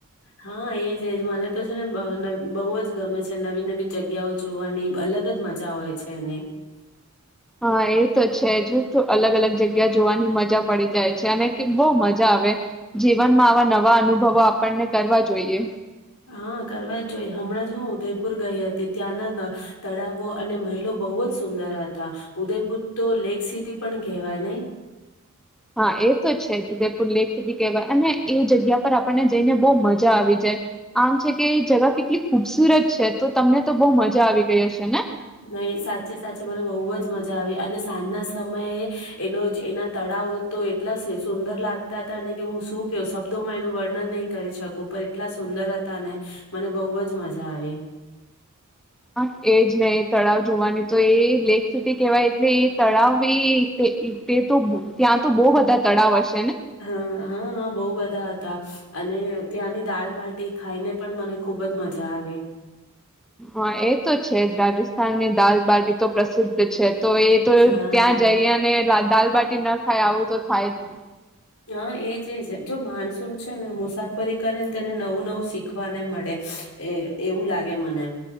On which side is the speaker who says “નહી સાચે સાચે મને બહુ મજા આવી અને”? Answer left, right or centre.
Left